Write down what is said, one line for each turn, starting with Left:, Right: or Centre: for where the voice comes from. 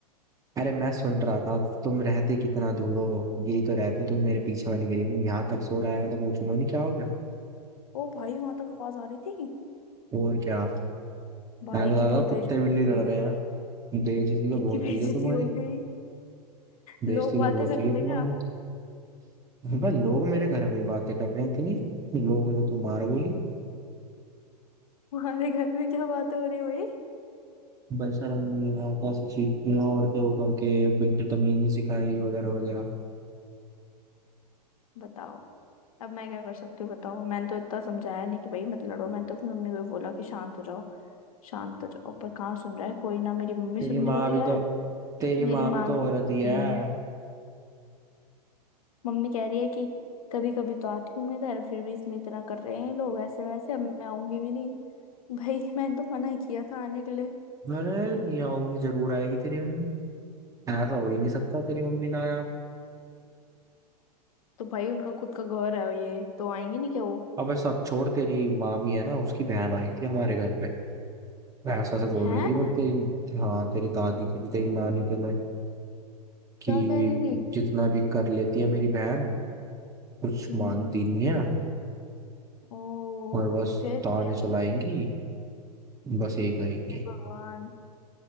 Right: अरे मैं सुन रहा था तुम रहते कितना दूर हो यही तो रहते तुम मेरे पीछे वाली गली में यहाँ तक सो रहा है तो पूछूंगा नहीं क्या हो गया
Left: ओ भाई वहां तक आवाज आ रही थी
Right: और क्या
Left: भाई
Right: मैं तो लगा
Left: कितनी
Right: कुत्ते
Left: बेइज्जती
Right: बिल्ली लड़
Left: हुई होगी
Right: रहे हैं
Left: फिर
Right: बेइज्जती तो
Left: कितनी
Right: बहुत
Left: बेइज्जती
Right: हुई है तुम्हारी
Left: हो गई
Right: बेइज्जती
Left: लोग बातें
Right: तो बहुत
Left: कर
Right: हुई
Left: रहे
Right: है तुम्हारी
Left: थे क्या
Right: भाई लोग मेरे घर में ही बातें कर रहे हैं इतनी लोगों को तो तुम मार बोली
Left: हमारे घर में क्या बातें हो रही है भाई
Right: बेशरम नहीं है कैसे चीखती हैं औरतें होकर के बिल्कुल तमीज नहीं सिखाई वगैरह वगैरह
Left: बताओ अब मैं क्या कर सकती हूँ बताओ मैंने तो इतना समझाया नहीं कि भाई मत लड़ो मैंने तो अपनी मम्मी को बोला कि शांत हो जाओ शांत हो जाओ पर कहाँ सुन रहा है कोई ना मेरी मम्मी
Right: तेरी
Left: सुनने
Right: माँ
Left: को तैयार
Right: भी तो तेरी
Left: मेरी
Right: माँ
Left: मामी
Right: भी तो
Left: तो
Right: औरत
Left: सुनती
Right: ही है
Left: ही नहीं है मम्मी कह रही है कि कभी कभी तो आती हूँ मैं इधर फिर भी इसमें इतना कर रहे हैं ये लोग ऐसे वैसे अब मैं आऊंगी भी नहीं भाई <laughs> मैंने तो मना ही किया था आने के लिए
Right: अरे नहीं आऊंगी जरूर आएगी तेरी मम्मी ऐसा हो ही नहीं सकता तेरी मम्मी ना आया
Left: तो भाई उनका खुद का घर है ये तो आएंगे नहीं क्या वो
Right: अबे सब छोड़ तेरी मामी है ना उसकी बहन आई थी हमारे घर पे वो ऐसा से बोल
Left: हैं
Right: रही थी बोल तेरी हाँ तेरी दादी के लिए तेरी नानी के लिए कि
Left: क्या कह रही थी
Right: जितना भी कर लेती है मेरी बहन कुछ
Left: हम्म
Right: मानती नहीं है
Left: ओ
Right: और बस
Left: फिर
Right: ताने
Left: फिर
Right: चलाएंगी बस ये करेंगी
Left: हे भगवान